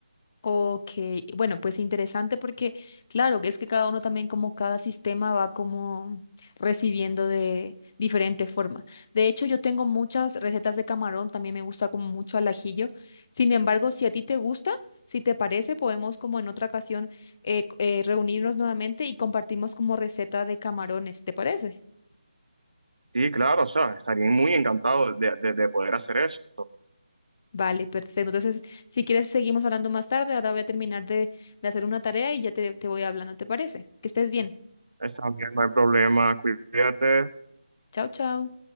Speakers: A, on the left; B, on the right.
A: Ok, bueno, pues interesante porque, claro, que es que cada uno también como cada sistema va como recibiendo de diferente forma. De hecho, yo tengo muchas recetas de camarón, también me gusta como mucho al ajillo. Sin embargo, si a ti te gusta, si te parece, podemos como en otra ocasión eh, eh, reunirnos nuevamente y compartimos como receta de camarones, ¿te parece?
B: Sí, claro, o sea, estaría muy encantado de, de, de poder hacer eso.
A: Vale, perfecto. Entonces, si quieres, seguimos hablando más tarde. Ahora voy a terminar de, de hacer una tarea y ya te, te voy hablando, ¿te parece? Que estés bien.
B: Está bien, no hay problema. Cuídate.
A: Chao, chao.